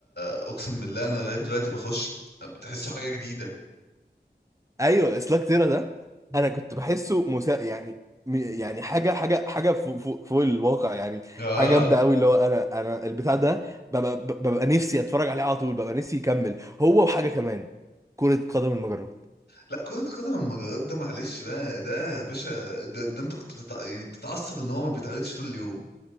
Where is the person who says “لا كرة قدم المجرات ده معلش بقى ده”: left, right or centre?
Left